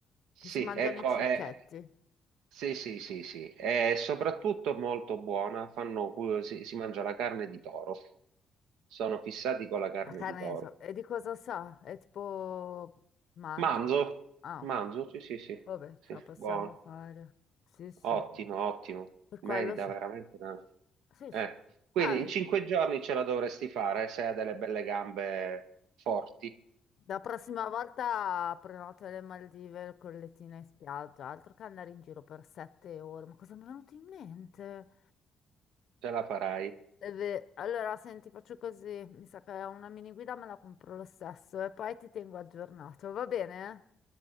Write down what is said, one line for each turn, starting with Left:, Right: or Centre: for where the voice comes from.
Right: sì,
Left: che si mangiano
Right: ecco,
Left: i cicchetti.
Right: è, sì, sì, sì, sì, è soprattutto molto buona, fanno, cu- si, si mangia la carne di toro, sono fissati con la carne
Left: La carne,
Right: di toro.
Left: di so- e di cosa sa? È tipo manzo.
Right: Manzo,
Left: Ah,
Right: manzo,
Left: ok.
Right: sì, sì, sì,
Left: Vabbè,
Right: sì,
Left: ce la possiamo
Right: buono,
Left: fare. Sì, sì,
Right: ottimo, ottimo,
Left: per quello
Right: merita
Left: so.
Right: veramente tanto.
Left: Sì,
Right: Eh,
Left: sì.
Right: quindi
Left: Ah,
Right: in cinque giorni ce la dovresti fare, se hai delle belle gambe forti,
Left: la prossima volta prenotate le Maldive con lettine in spiaggia, altro che andare in giro per sette ore. Ma cosa mi è venuto in mente?
Right: ce la farai.
Left: Eh beh, Allora, senti, faccio così. Mi sa che una mini guida me la compro lo stesso e poi ti tengo aggiornato, va bene?